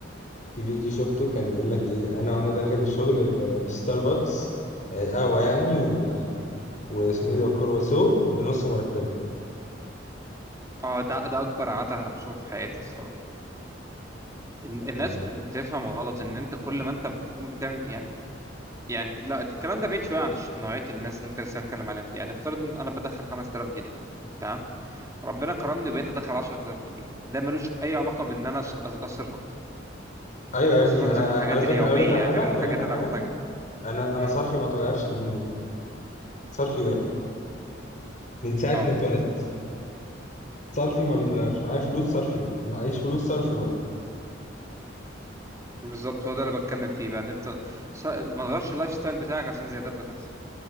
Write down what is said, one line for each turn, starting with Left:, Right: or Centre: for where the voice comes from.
Left: في فيديو شفته كان بيقول لك ايه انا وانا داخل الشغل ب- بستاربكس آه، قهوه يعني و- واسمه ايه ده وكرواسو بنص مرتبي
Right: اه ده ده اكبر عته انا بشوفه في حياتي الصراحه إن- الناس
Left: يعني
Right: ب- بتفهم غلط ان انت كل ما انت بتكون بتعمل يعني يعني لا الكلام ده بعيد شويه عن الش- نوعيه الناس اللي انت لسه هتكلم عليهم دي يعني افترض ان انا بدخل 5000 جنيه تمام ربنا كرمني وبقيت ادخل 10000 جنيه ده ملوش اي علاقه بان انا أص- أص- اصرف اكتر
Left: ايوه يا ابني
Right: اصرف اكتر
Left: انا
Right: في الحاجات
Left: على فكره
Right: اليوميه
Left: اقول لك على حاجه
Right: غير
Left: اقول
Right: الحاجات
Left: لك على
Right: اللي
Left: حاجه
Right: انا بحتاجها
Left: انا انا
Right: امم
Left: صرفي ما اتغيرش بجنيه صرفي واحد من ساعه
Right: اه
Left: ما اتولدت صرفي ما بيتغيرش معايا فلوس صرفي واحد معيش فلوس صرفي واحد
Right: بالظبط هو ده اللي بتكلم فيه بقى ان انت س- ما تغيرش اللايف ستايل بتاعك عشان زيادات بتحصل